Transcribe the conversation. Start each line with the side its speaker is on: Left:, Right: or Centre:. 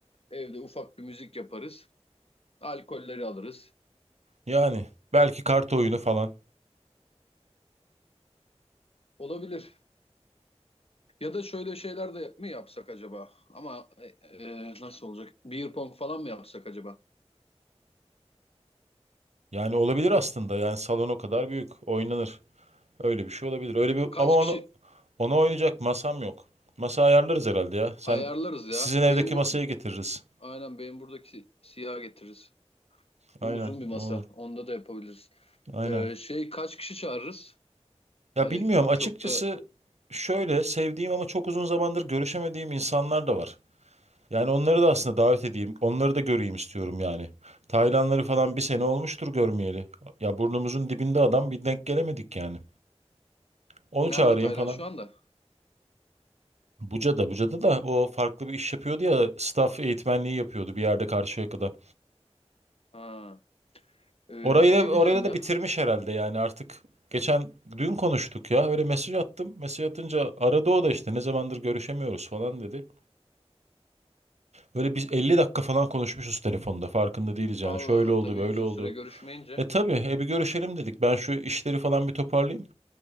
Left: Evde ufak bir müzik yaparız. Alkolleri alırız.
Right: Yani belki kart oyunu falan.
Left: Olabilir. Ya da şöyle şeyler de mi yapsak acaba? Ama e, e, nasıl olacak? Beer pong falan mı yapsak acaba?
Right: Yani olabilir aslında. Yani salon o kadar büyük. Oynanır. Öyle bir şey olabilir. Öyle bir
Left: Kaç
Right: ama
Left: kişi
Right: onu ona oynayacak masam yok. Masa ayarlarız herhalde ya. Sen
Left: ayarlarız ya?
Right: sizin evdeki
Left: Benim bu
Right: masayı getiririz.
Left: aynen benim buradaki siyah getiririz.
Right: Aynen,
Left: Bu uzun bir masa.
Right: olur.
Left: Onda da yapabiliriz.
Right: Aynen.
Left: E, şey kaç kişi çağırırız?
Right: Ya
Left: Hani
Right: bilmiyorum açıkçası
Left: çok da
Right: şöyle sevdiğim ama çok uzun zamandır görüşemediğim insanlar da var. Yani onları da aslında davet edeyim. Onları da göreyim istiyorum yani. Taylanları falan bir sene olmuştur görmeyeli. Ya burnumuzun dibinde adam bir denk gelemedik yani. Onu
Left: nerede
Right: çağırayım
Left: Taylan
Right: falan.
Left: şu anda?
Right: Buca'da, Buca'da da o farklı bir iş yapıyordu ya. Staff eğitmenliği yapıyordu bir yerde Karşıyaka'da.
Left: Ha. Ee,
Right: Orayı
Left: şey
Right: da, orayı
Left: diyeceğim
Right: da
Left: ya.
Right: bitirmiş herhalde yani artık. Geçen dün konuştuk ya öyle mesaj attım. Mesaj atınca aradı o da işte ne zamandır görüşemiyoruz falan dedi. Böyle biz 50 dakika falan konuşmuşuz telefonda farkında değiliz yani.
Left: Allah
Right: Şöyle
Left: Allah
Right: oldu
Left: tabii
Right: böyle
Left: uzun
Right: oldu.
Left: süre görüşmeyince.
Right: E tabii, e bir görüşelim dedik. Ben şu işleri falan bir toparlayayım.